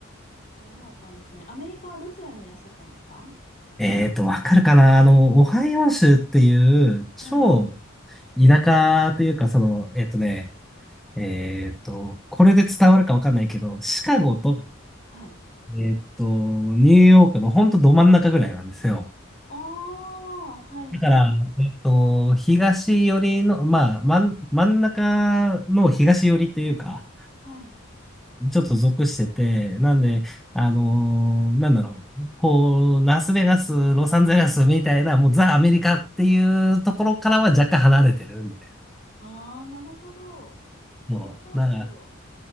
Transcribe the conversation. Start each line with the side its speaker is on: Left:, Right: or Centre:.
Left: そうだったんですね。アメリカはどちらにいらっしゃったんですか
Centre: えーと、わかるかなあの、オハイオ州っていう超
Left: はい。
Centre: 田舎というか、その、えっとね、えっと、これで伝わるかわかんないけど、シカゴと、
Left: はい。はい。
Centre: えっと、ニューヨークのほんとど真ん中ぐらいなんですよ。
Left: ああ、はいはい、
Centre: だから、えっと、東寄りの、まあ、真ん、真ん中の東寄りというか、
Left: はい。
Centre: ちょっと属してて、なんで、あのーなんだろう、こう、ラスベガス、ロサンゼルスみたいな、もうザ・アメリカっていうところからは若干離れてるみたい
Left: ああ、なるほど。
Centre: な。
Left: オハイオ。
Centre: もう、なんか、